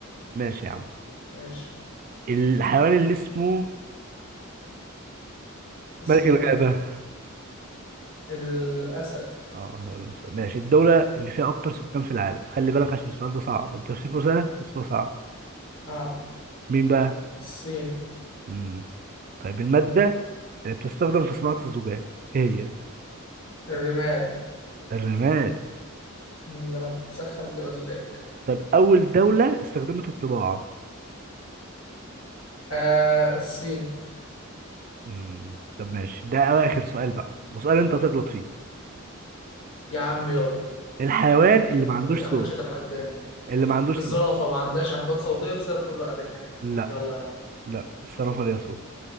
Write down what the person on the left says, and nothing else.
ماشي
اسمه
ايه الأسد
اه
الصين
الرمال
مم، لما بتتسخن بتبقى زجاج
آه الصين
يا عم يلا
خدني
ما حدش
يتحداني
الزرافة
ما عندهاش أحبال صوتية بسبب طول رقبتها كمان
يلا يا عم